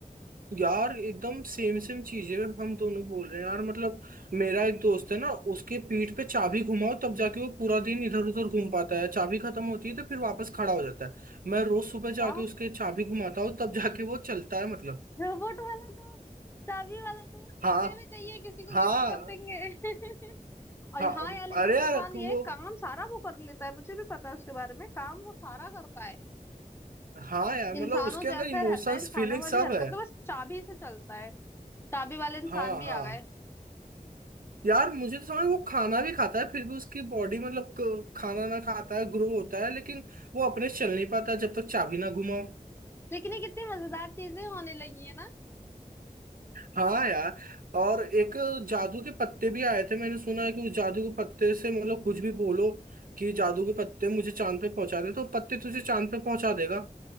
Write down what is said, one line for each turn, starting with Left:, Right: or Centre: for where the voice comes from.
Right: यार एकदम सेम सेम चीजें हम दोनों बोल रहे हैं यार मतलब मेरा एक दोस्त है ना उसके पीठ पे चाबी घुमाओ तब जाके वो पूरा दिन इधर उधर घूम पाता है चाबी खत्म होती है तो फिर वापस खड़ा हो जाता है मैं रोज सुबह
Left: वाह
Right: जाके उसके चाबी घुमाता हूँ तब जाके वो चलता है मतलब
Left: रोबोट वाला दोस्त चाबी वाला दोस्त
Right: हाँ
Left: मुझे भी चाहिए किसी को
Right: हाँ
Left: गिफ्ट कर देंगे <laughs> और
Right: हाँ
Left: हाँ यार लेकिन
Right: अरे
Left: इंसान
Right: यार
Left: ये
Right: वो
Left: काम सारा वो कर लेता है मुझे भी पता है उसके बारे में काम वो सारा करता है
Right: हाँ यार
Left: इंसानों
Right: मतलब उसके
Left: जैसा
Right: अंदर इमोशंस
Left: रहता है इंसानों
Right: फीलिंग
Left: वाली
Right: सब
Left: हरकत
Right: है
Left: तो बस चाबी से चलता है चाबी वाले इंसान
Right: हाँ
Left: भी
Right: हाँ
Left: आ गए
Right: यार मुझे तो समझ वो खाना भी खाता है फिर भी उसकी बॉडी मतलब क- खाना ना खाता है ग्रो होता है लेकिन वो अपने से चल नहीं पाता जब तक चाबी ना घुमाओ
Left: लेकिन ये कितनी मजेदार चीजें होने लगी है ना
Right: हाँ यार और एक जादू के पत्ते भी आए थे मैंने सुना है कि उस जादू के पत्ते से मतलब कुछ भी बोलो कि जादू के पत्ते मुझे चांद पे पहुंचा दे तो पत्ते तुझे चांद पे पहुंचा देगा